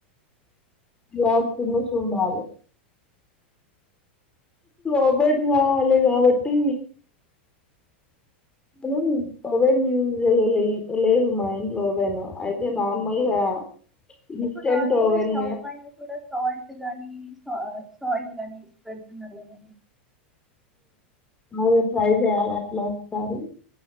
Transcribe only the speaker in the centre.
మీకు నార్మల్
గా స్టవ్ పైన కూడా <unintelligible> గానీ సాయిల్ గానీ పేడుతున్నారు కద